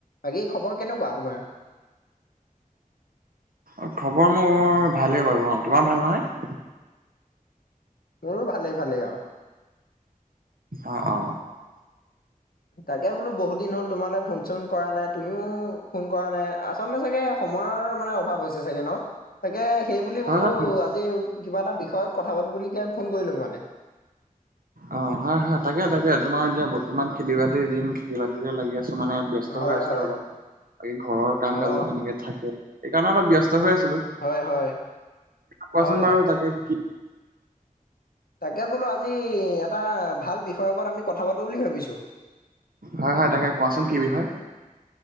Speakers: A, on the left; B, on the right.
A: বাকী খবৰ কেনেকুৱা তোমাৰ?
B: অ' খবৰ মোৰ ভালেই বাৰু অ'। তোমাৰ ভাল নহয়?
A: মোৰো ভালে ভালে, অ'।
B: অ' অ'।
A: তাকে বোলো বহুত দিন হ'ল তোমালে ফোন চোন কৰা নাই। তুমিও ফোন কৰা নাই। আচলতে চাগে সময়ৰ মানে অভাৱ হৈছে চাগে ন? তাকে সেইবুলি
B: হয়
A: বোলো
B: হয়
A: আজি কিবা এটা বিষয়ত কথা পাতো বুলি কে ফোন কৰিলো মানে।
B: অ' হয় হয়, তাকে তাকে। তোমাৰ এতিয়া বৰ্তমান খেতি বাতিৰ দিন। খেতি বাতিৰে লাগি আছো মানে। ব্যস্ত
A: হয়
B: হৈ আছিলো
A: হয়
B: অলপ, বাকী ঘৰৰ কাম
A: অ
B: কাজবোৰ তেনেকে থাকেই সেইকাৰণে অলপ ব্যস্ত হৈ আছিলো।
A: হয় হয়
B: কোৱাচোন
A: হয়
B: বাৰু তাকে কি?
A: তাকে বোলো আজি এটা ভাল বিষয়ৰ ওপৰত আমি কথা পাতো বুলি ভাবিছো।
B: হয় হয় তাকে, কোৱাচোন কি বিষয়?